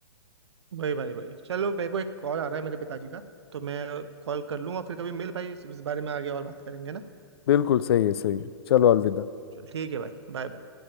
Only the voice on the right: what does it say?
भाई भाई भाई चलो मेरे को एक कॉल आ रहा है मेरे पिताजी का तो मैं कॉल कर लूँ और फिर कभी मिल भाई इस इस बारे में आगे और बात करेंगे ना
चल ठीक है भाई बाय बाय